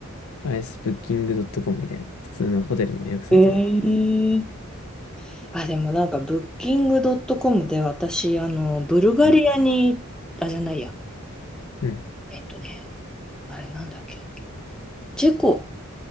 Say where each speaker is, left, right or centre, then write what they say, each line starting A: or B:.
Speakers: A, on the left; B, in the centre.
A: あれです、ブッキングドットコムみたいな、普通のホテルの予約サイトで。
B: えーあ、でもなんか、ブッキングドットコムで私、あの、ブルガリアに、
A: うん、
B: あ、じゃないや。
A: うん、
B: えっとね、あれなんだっけ。チェコ、